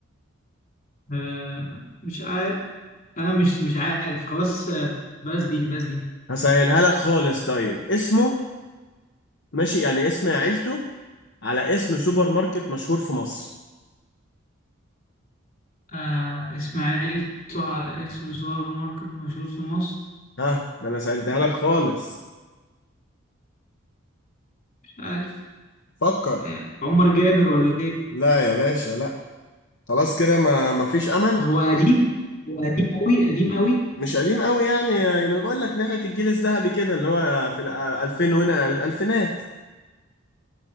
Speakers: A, on the left; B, on the left.
A: آه مش عارف انا مش مش عارف خلاص آه، بس دي بس دي
B: هسهلها لك خالص طيب اسمه ماشي يعني اسم عيلته على اسم سوبر ماركت مشهور في مصر
A: آه اسماعيل طلع على اسم سوبر ماركت مشهور في مصر
B: ها ده انا سهلتها لك خالص
A: مش عارف
B: فكر
A: آه عمر جابر ولا
B: لا يا باشا لا خلاص كده ما ما فيش امل
A: هو قديم هو قديم قوي قديم قوي
B: مش قديم قوي يعني ما انا بقول لك ناحية الجيل الذهبي كده اللي هو في ال 2000 وهنا الألفينات